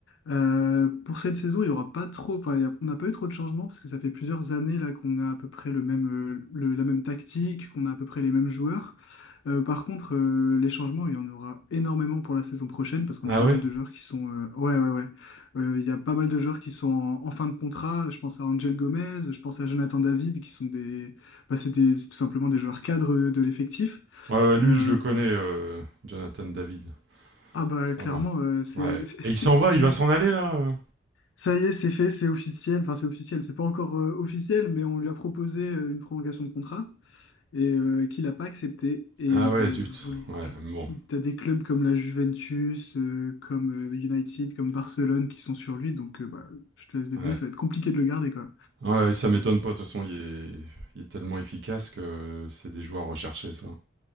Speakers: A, on the left (about 85°); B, on the right (about 75°).
A: Euh, pour cette saison, il y aura pas trop, enfin, il y a- on n'a pas eu trop de changements parce que ça fait plusieurs années là qu'on a à peu près le même, euh, le- la même tactique, qu'on a à peu près les mêmes joueurs. Euh, par contre, euh, les changements, il y en aura énormément pour la saison prochaine parce qu'on
B: Ah
A: a pas
B: ouais?
A: mal de joueurs qui sont, euh, ouais, ouais, ouais, Euh, il y a pas mal de joueurs qui sont en, en fin de contrat. Je pense à Angel Gomez, je pense à Jonathan David, qui sont des, bah, c'est des- c'est tout simplement des joueurs cadres de l'effectif.
B: Ouais, ouais, lui
A: Euh,
B: je le connais, euh, Jonathan David.
A: ah bah
B: Ça
A: clairement,
B: va.
A: euh, c'est,
B: Ouais.
A: <laughs>
B: Et il s'en
A: si
B: va,
A: tu,
B: il va s'en aller là? euh
A: Ça y est, c'est fait, c'est officiel. Enfin, c'est officiel, c'est pas encore euh, officiel, mais on lui a proposé euh, une prolongation de contrat et euh, qu'il n'a pas accepté. Et
B: Ah
A: il
B: ouais,
A: est
B: zut.
A: voulu.
B: Ouais, bon.
A: T'as des clubs comme la Juventus, euh, comme euh, United, comme Barcelone qui sont sur lui. Donc, euh, bah, je te laisse deviner,
B: Ouais.
A: ça va être compliqué de le garder, quoi.
B: Ouais, ça m'étonne pas. De toute façon, il est... il est tellement efficace que euh, c'est des joueurs recherchés, ça.